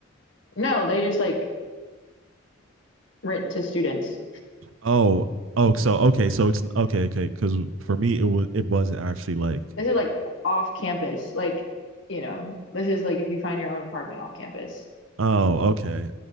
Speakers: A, on the left; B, on the right.
A: No, they just like rent to students.
B: Oh, oh, so okay, so it's okay, okay. Because for me, it was it was actually like,
A: This is like off campus. Like, you know, this is like if you find your own apartment off campus.
B: oh, okay.